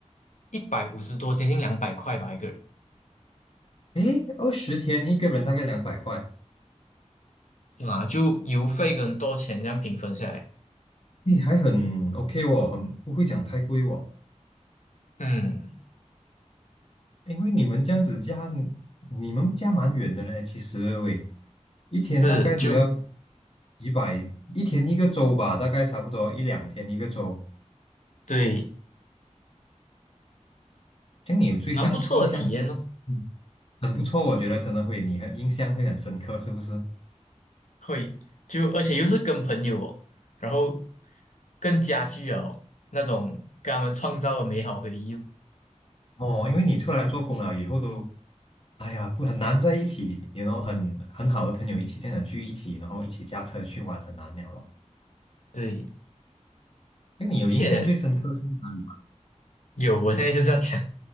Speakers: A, on the left; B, on the left.
A: 一百五十多，接近两百块吧一个
B: 诶，二十天一个人大概两百块，
A: 人啊，就油费跟多钱这样平分下来，
B: 你还很 OK 哦，很不会讲太贵哦。
A: 嗯，
B: 因为你们这样子加，你们加蛮远的呢。其实喂，一天大概都要
A: 是就
B: 几百，一天一个周吧，大概差不多一两天一个周。
A: 对，
B: 这样你有最相印象是，
A: 蛮不错的体验哦，
B: 嗯，很不错，我觉得真的会，你很印象会很深刻，是不是？
A: 会就而且又是跟朋友哦，然后更加具有那种跟他们创造的美好回忆哦，
B: 哦，因为你出来做工了以后都，哎呀，不很难在一起，然后很很好的朋友一起这样的聚一起，然后一起驾车去玩，很难了咯。
A: 对。
B: 这样你有印象最深刻是哪里吗
A: 而且有，我现在就是要讲，